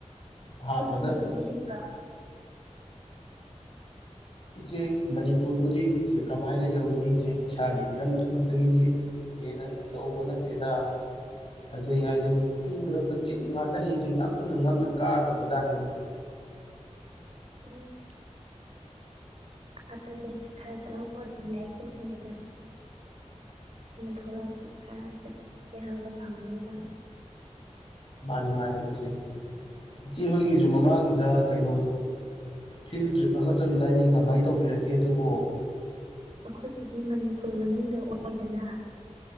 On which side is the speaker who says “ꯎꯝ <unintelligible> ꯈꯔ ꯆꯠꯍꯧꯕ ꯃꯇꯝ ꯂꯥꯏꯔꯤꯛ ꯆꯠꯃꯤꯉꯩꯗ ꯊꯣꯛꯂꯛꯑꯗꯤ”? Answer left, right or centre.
Right